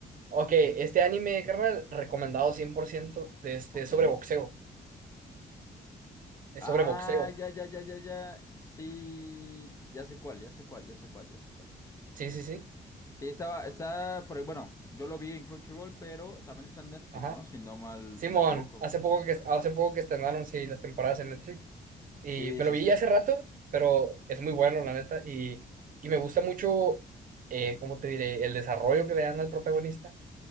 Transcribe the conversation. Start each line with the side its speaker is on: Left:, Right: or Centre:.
Right: Ok, este anime, carnal, recomendado 100% de este,
Left: Ok.
Right: sobre boxeo. Es
Left: Ah,
Right: sobre boxeo.
Left: ya, ya, ya, ya, ya. Sí, ya sé cuál, ya sé cuál, ya sé cuál, ya sé cuál.
Right: Sí, sí, sí.
Left: Sí, estaba, está por ahí, bueno, yo lo vi en Crunchyroll, pero también está en Netflix,
Right: Ajá.
Left: ¿no? Si no mal
Right: Simón,
Left: me equivoco.
Right: hace poco que hace poco que estrenaron sí las temporadas en Netflix y
Left: Sí,
Right: me
Left: sí,
Right: lo vi
Left: sí.
Right: hace rato, pero es muy bueno la neta y, y me gusta mucho eh, ¿cómo te diré? el desarrollo que le dan al protagonista